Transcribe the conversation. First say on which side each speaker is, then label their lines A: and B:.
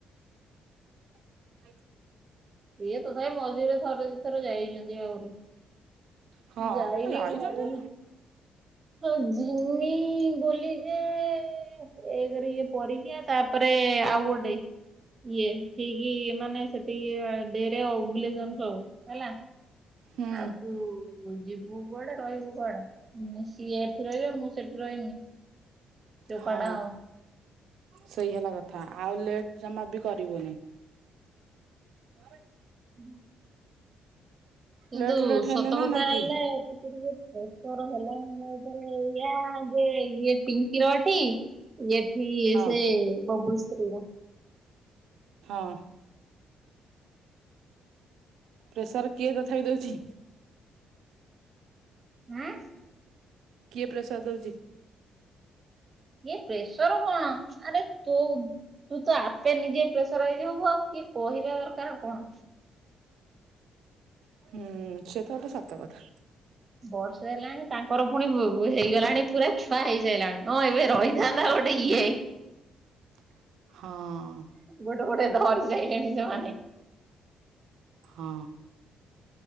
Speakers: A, on the right; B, on the right.
A: ଆ
B: ଇଏ ତଥାଇ ମଜୁରରେ ଥରେ ଦି ଥର ଯାଇଛନ୍ତି ଆହୁରି
A: ହଁ
B: ଯାଇନି
A: ଯାଇଛନ୍ତି
B: ଘରୁ ହ ହଁ ଜିମି ବୋଲି ଯେଏ ଏଇ କରି ଇଏ ପରିକିଆ ତାପରେ ଆଉ ଗୋଟେ ଇଏ ଠିକ ମାନେ ସେତିକି ଡ <unintelligible> ସବୁ ହେଲା
A: ହୁଁ
B: ଆଉ ତୁ ଯିବୁ କୁଆଡେ ରହିବୁ କୁଆଡେ ମୁଁ ସିଏ ଏଠି ରହିବେ ମୁଁ ସେଠି ରହିମି ଚୋପାଟା
A: ହଁ
B: ହବ।
A: ସେଇ ହେଲା କଥା ଆଉ ଲେଟ୍ ଜମା ବି କରିବୁନି ହଁ
B: ହୁଁ କିନ୍ତୁ
A: ଲେଟ୍ ଲେଟ୍
B: ସୋତକଥା
A: ହେଲେ ନା ନା
B: ହେଲେ
A: କି
B: ଟିକେ ଟିକେ ପ୍ରେସର ହେଲାଣି ମୋ ଉପରେ ଏଇଆ ଯେ ଇଏ ପିଙ୍କିରଟି ଏଠି
A: ହଁ
B: ସେ ବବୁଶ୍ରୀର
A: ହଁ ପ୍ରେସର କିଏ ତଥାପି ଦଉଛି
B: ହଁ
A: କିଏ ପ୍ରେସର୍ ଦଉଛି?
B: ଇଏ ପ୍ରେସର କଣ ଆରେ ତୁ ତୁ ତ ଆପେ ନିଜେ ପ୍ରେସର ହେଇଜିବୁ ହବୁ ଆଉ କି କହିବା ଦରକାର କଣ
A: ହୁଁ ସେ ତ ଗୋଟେ ସତ କଥା
B: ବର୍ଷ ହେଲାଣି ତାଙ୍କର ପୁଣି ବୁ ହେଇଗଲାଣି ପୁରା ଛୁଆ ହେଇଯାଇଲାଣି ହଁ ଏବେ ରହିଥାନ୍ତା ଗୋଟେ ଇଏ
A: ହ ହଁ।
B: ଗୋଟେ ଗୋଟେ ଧରି ସାଇଲେଣି ସେମାନେ।
A: ହଁ।